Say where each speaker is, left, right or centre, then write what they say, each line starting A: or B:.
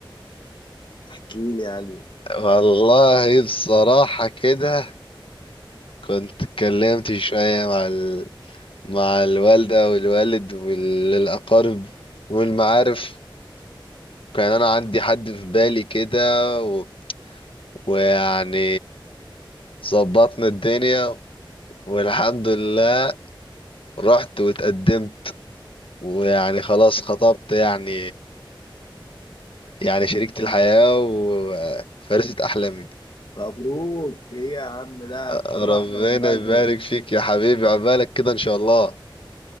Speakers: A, on the left; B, on the left.
A: احكي لي يا قلبي
B: والله بصراحة كده كنت اتكلمت شوية مع ال... مع الوالدة والوالد والأقارب والمعارف كان أنا عندي حد في بالي كده و... ويعني ظبطنا الدنيا والحمد لله رحت واتقدمت ويعني خلاص خطبت يعني يعني شريكة الحياة وفارسة أحلامي
A: مبروك ايه يا عم ده
B: ربنا
A: فرحنا من بدري
B: يبارك فيك يا حبيبي عبالك كده إن شاء الله